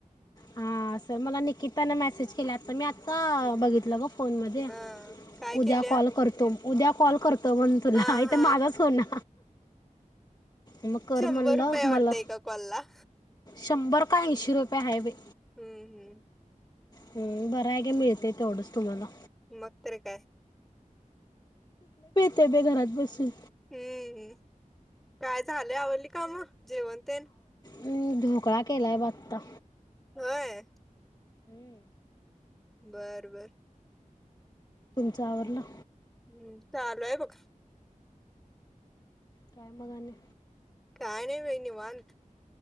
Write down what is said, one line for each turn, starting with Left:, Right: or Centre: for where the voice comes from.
Left: हा आसं मला निकितानं मेसेज केलिया आता मी आत्ता बघितलं ग. फोनमध्ये
Centre: हां, काय केल्या?
Left: उद्या कॉल करतो. उद्या कॉल करत. म्हण तुला
Centre: हां, हां.
Left: तर माझाच हो ना मग कर
Centre: शंभर
Left: म्हणलं
Centre: रुपये वाटतेय
Left: मला
Centre: का कॉल ला
Left: शंभर का ऐंशी रुपये है ब
Centre: हम्म हम्म
Left: हम् बरं आहे का मिळते तेवढंच तुम्हाला
Centre: मग तर काय
Left: ते बे घरात बसून
Centre: हम्म काय झालंय आवडली का मग जेवण करून
Left: हम् ढोकळा केलाय ब आता
Centre: होय.
Left: हम्म
Centre: बर बर
Left: तुमच आवरला.
Centre: हम्म चालूय बघ.
Left: काय मग आणि?
Centre: का नाही बाई निवांत.